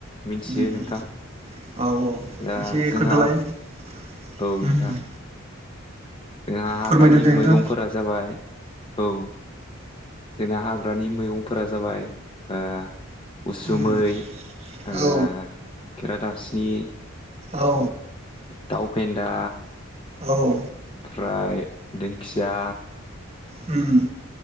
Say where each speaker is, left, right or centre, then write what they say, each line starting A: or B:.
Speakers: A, on the left; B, on the right.
A: मिथियो
B: उम।
A: नोंथां
B: औ औ
A: दा
B: एसे
A: जोंहा
B: खोन्थालाय। उम
A: औ नोंथां। जोंहा हाग्रानि
B: फोरमायदो दे नोंथां
A: मैगंफोरा जाबाय औ। जोंना हाग्रानि मैगंफोरा जाबाय ओ उसुमै
B: उम
A: ओ
B: औ
A: खेरादाबसिनि।
B: औ।
A: दाव फेन्दा।
B: औ
A: ओमफ्राय दिंखिया।
B: उम।